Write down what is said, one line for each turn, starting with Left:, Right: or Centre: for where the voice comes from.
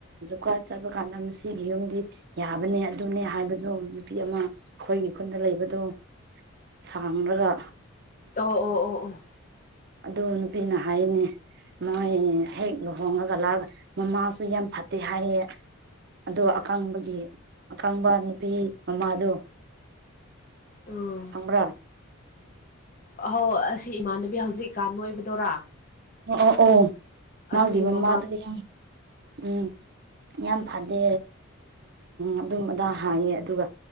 Right: ꯈꯔ ꯆꯠꯄ ꯀꯥꯟꯗ ꯃꯁꯤꯒꯤ ꯌꯨꯝꯗꯤ ꯌꯥꯕꯅꯦ ꯑꯗꯨꯅꯦ ꯍꯥꯏꯕꯗꯣ ꯅꯨꯄꯤ ꯑꯃ ꯑꯩꯈꯣꯏꯒꯤ ꯈꯨꯟꯗ ꯂꯩꯕꯗꯣ ꯁꯥꯡꯂꯒ
Left: ꯑꯣ ꯑꯣ ꯑꯣ ꯑꯣ
Right: ꯑꯗꯨ ꯅꯨꯄꯤꯅ ꯍꯥꯏꯌꯦꯅꯦ ꯃꯣꯏ ꯍꯦꯛ ꯂꯨꯍꯣꯡꯉꯒ ꯂꯥꯛꯒ ꯃꯃꯥꯁꯨ ꯌꯥꯝ ꯐꯠꯇꯦ ꯍꯥꯏꯌꯦ ꯑꯣ ꯑꯀꯥꯡꯕꯒꯤ ꯑꯀꯥꯡꯕ ꯅꯨꯄꯤ ꯃꯃꯥꯗꯣ
Left: ꯎꯝ
Right: ꯈꯪꯕꯔꯥ
Left: ꯑꯍꯣ ꯑꯁꯤ ꯏꯃꯥꯟꯅꯕꯤ ꯍꯧꯖꯤꯛꯀꯥꯟ ꯅꯣꯏꯕꯗꯨꯔꯥ
Right: ꯑꯣ ꯑꯣ ꯑꯣ ꯃꯥꯒꯤ
Left: ꯑꯗꯨꯒꯤ ꯃꯃꯥ
Right: ꯃꯃꯥꯗꯨꯅꯦ ꯌꯥꯢ ꯎꯝ ꯌꯥꯝ ꯐꯠꯇꯦ ꯑꯗꯨꯝ ꯑꯗꯥ ꯍꯥꯏꯌꯦ ꯑꯗꯨꯒ